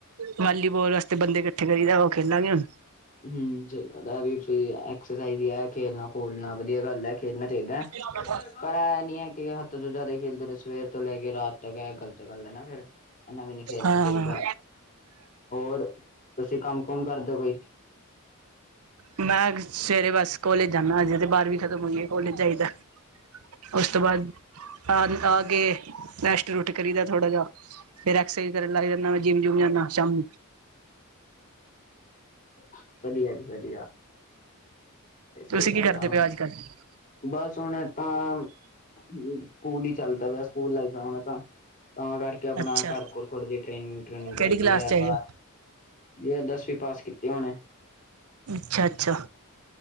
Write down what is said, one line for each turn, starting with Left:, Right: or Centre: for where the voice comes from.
Right: ਵਾਲੀਬਾਲ ਵਾਸਤੇ ਬੰਦੇ ਇਕੱਠੇ ਕਰੀਦਾ ਉਹ ਖੇਲਾਂਗੇ ਹੁਣ।
Left: ਹੂੰ ਸਹੀ ਗੱਲ ਹੈ। ਇਹ ਵੀ ਸਹੀ ਹੈ। ਐਕਸਰਸਾਈਜ਼ ਖੇਲਣਾ- ਖੂਲਣਾ ਵਧੀਆ ਗੱਲ ਹੈ। ਖੇਲਣਾ ਚਾਹੀਦਾ ਹੈ।
Right: ਕਿਉਂ ਬੈਠਾ।
Left: ਪਰ ਇਹ ਨੀ ਹੈ। ਕਿ ਹੱਦ ਤੋਂ ਜ਼ਿਆਦਾ ਖੇਲਦੇ ਰਹੇ ਸਵੇਰ ਤੋਂ ਲੈ ਕੇ ਰਾਤ ਤੱਕ ਇਹ ਗਲਤੀ। ਗ਼ਲਤ ਗੱਲ ਹੈ ਨਾ ਫੇਰ ਇਨਾਂ ਵੀ ਨੀ ਖੇਲਣਾ
Right: ਹਾਂ
Left: ਚਾਹੀਦਾ ਹੈ। ਹੋਰ ਤੁਸੀਂ ਕੰਮ ਕੁਮ ਕਰਦੇ ਕੋਈ।
Right: ਮੈਂ ਸਵੇਰੇ ਬਸ ਕੋਲੇਜ ਜਾਂਦਾ ਹਜੇ ਤੇ ਬਾਰਵੀਂ ਖਤਮ ਹੋਏ ਕੋਲੇਜ ਜਾਈਦਾ ਹੈ। ਉਸ ਤੋਂ ਬਾਅਦ ਅੱਜ ਦਾਲ। ਆ ਕੇ ਰੈਸਟ ਰੁਸਟ ਕਰੀ ਦਾ ਥੋੜਾ ਜਾ ਫਿਰ ਐਕਸਰਸਾਈਜ਼ ਕਰਨ ਲੱਗ ਜਾਂਦਾ ਮੈਂ ਜਿੰਮ ਜੁਮ ਜਾਂਦਾ ਸ਼ਾਮ ਨੂੰ।
Left: <unintelligible> <inaudible> ਵਧੀਆ ਜੀ ਵਧੀਆ। ਸਹੀ
Right: ਤੁਸੀਂ
Left: ਗੱਲ
Right: ਕੀ ਕਰਦੇ
Left: ਆ ਹੁਣ।
Right: ਪਏ ਹੋ ਅੱਜ ਕੱਲ੍ਹ
Left: ਬਸ ਹੁਣ ਤਾਂ ਸਕੂਲ ਹੀ ਚੱਲਦਾ ਪਿਆ ਸਕੂਲ ਲਾਈਫ ਹੁਣ ਤਾਂ ਤਾਂ ਕਰਕੇ ਆਪਣਾ
Right: ਅੱਛਾ
Left: ਘਰ ਕੋਰ ਥੋੜ੍ਹੀ ਜਿਹੀ ਟ੍ਰੇਨਿੰਗ ਟ੍ਰੇਨਿੰਗ ਕਰੀ
Right: ਕਿਹੜੀ ਕਲਾਸ
Left: ਦੀ ਹੈ
Right: ਚ ਆਏ
Left: ਬਾਹਰ
Right: ਹੋ
Left: ਜ ਦਸਵੀਂ ਪਾਸ ਕੀਤੀ ਹੋਣੇ
Right: ਅੱਛਾ- ਅੱਛਾ